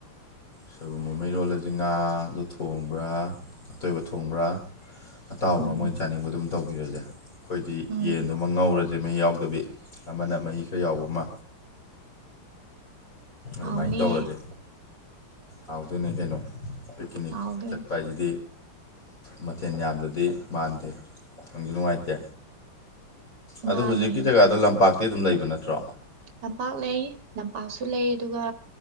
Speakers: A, on the left; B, on the right.
A: ꯁꯣꯏꯕꯨꯝ ꯑꯃ ꯏꯔꯣꯜꯂꯁꯤ ꯉꯥꯗꯨ ꯊꯣꯡꯕ꯭ꯔꯥ ꯑꯇꯣꯏꯕ ꯊꯣꯡꯕ꯭ꯔꯥ ꯑꯇꯥꯎꯕ꯭ꯔꯥ
B: ꯎꯝ
A: ꯃꯣꯏ ꯆꯥꯅꯤꯡꯕ ꯑꯗꯨꯝ ꯇꯧꯕꯤꯔꯁꯦ ꯑꯩꯈꯣꯏꯗꯤ
B: ꯎꯝ
A: ꯌꯦꯟꯗꯨꯃ ꯉꯧꯔꯁꯦ ꯃꯍꯤ ꯌꯥꯎꯗꯕꯤ ꯑꯃꯅ ꯃꯍꯤ ꯈꯔ ꯌꯥꯎꯕ ꯑꯃ ꯑꯗꯨꯃꯥꯏꯅ
B: ꯍꯥꯎꯅꯤꯍꯦ
A: ꯇꯧꯔꯁꯦ ꯍꯥꯎꯗꯨꯏꯅꯦ ꯀꯩꯅꯣ ꯄꯤꯛꯅꯤꯛ
B: ꯍꯥꯎꯗꯣꯏꯅꯤ
A: ꯆꯠꯄ ꯍꯥꯏꯁꯤꯗꯤ ꯃꯊꯦꯜ ꯌꯥꯝꯗꯗꯤ ꯃꯥꯟꯗꯦ ꯅꯨꯡꯁꯨ ꯅꯨꯡꯉꯥꯏꯇꯦ ꯑꯗꯨ
B: ꯃꯥꯅꯦ
A: ꯍꯧꯖꯤꯛꯀꯤ ꯖꯒꯥꯗꯣ ꯂꯝꯄꯥꯛ ꯇꯤ ꯑꯗꯨꯝ ꯂꯩꯕ ꯅꯠꯇ꯭ꯔꯣ
B: ꯂꯝꯄꯥꯛ ꯂꯩ ꯂꯝꯄꯥꯛꯁꯨ ꯂꯩ ꯑꯗꯨꯒ